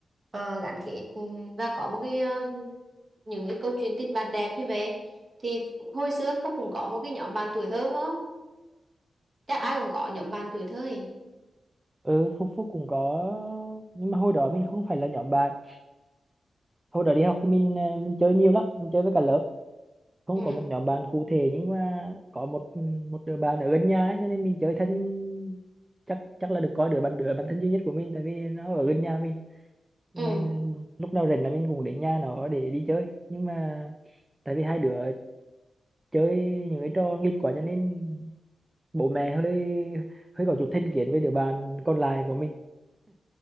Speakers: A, on the right (about 45°); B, on the right (about 20°).
A: ờ, gắn kết ừ, và có một cái ờ, những cái câu chuyện tình bạn đẹp như vậy thì hồi xưa Phúc cũng có một cái nhóm bạn tuổi thơ phải không chắc ai cũng có nhóm bạn tuổi thơ ấy.
B: Ừ, Phúc Phúc cũng có nhưng mà hồi đó mình không phải là nhóm bạn. Hồi đó đi học thì mình à, mình chơi nhiều lắm, mình chơi với cả lớp. Không
A: ừ
B: có một nhóm bạn cụ thể nhưng mà có một một đứa bạn ở gần nhà ấy, cho nên mình chơi thân chắc chắc là được coi đứa bạn đứa bạn thân duy nhất của mình tại vì nó ở gần nhà mình. Ngày
A: ừ
B: lúc nào rảnh là mình cũng đến nhà nó để đi chơi. Nhưng mà tại vì hai đứa chơi những cái trò nghịch quá cho nên bố mẹ hơi hơi có chút thành kiến với đứa bạn còn lại của mình